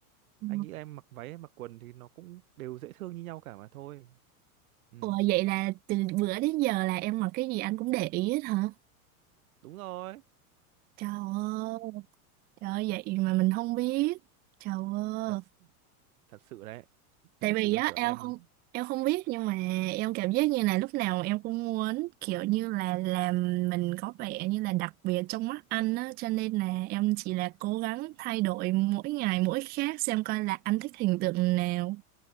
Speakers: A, on the right; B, on the right.
A: Ừ.
B: anh nghĩ em mặc váy em mặc quần thì nó cũng đều dễ thương như nhau cả mà thôi ừ
A: Ủa vậy là từ bữa đến giờ là em mặc cái gì anh cũng để ý hết hả
B: đúng rồi
A: trời ơi trời ơi, vậy mà mình không biết trời ơi
B: thật thật sự đấy thật
A: tại vì
B: sự là
A: á
B: kiểu
A: em
B: em
A: không em không biết nhưng mà em cảm giác như là lúc nào em cũng muốn kiểu như là làm mình có vẻ như là đặc biệt trong mắt anh á cho nên là em chỉ là cố gắng thay đổi mỗi ngày mỗi khác xem coi là anh thích hình tượng nào